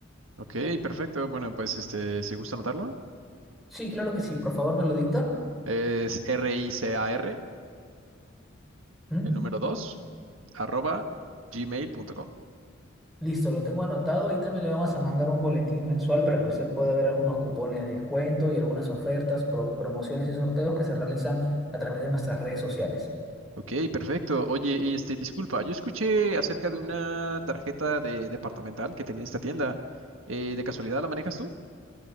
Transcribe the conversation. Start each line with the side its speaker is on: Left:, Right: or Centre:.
Right: Ok, perfecto. Bueno, pues este, si gusta anotarlo,
Centre: Sí, claro que sí, por favor me lo dicta.
Right: es r i c a r,
Centre: ¿Mm?
Right: el número dos, arroba gmail.com.
Centre: Listo, lo tengo anotado. Ahí también le vamos a mandar un boletín mensual para que usted pueda ver algunos cupones de descuento y algunas ofertas, pro- promociones y sorteos que se realizan a través de nuestras redes sociales.
Right: Ok, perfecto. Oye, y este, disculpa, yo escuché acerca de una tarjeta de departamental que tenía esta tienda. Eh, ¿de casualidad la manejas tú?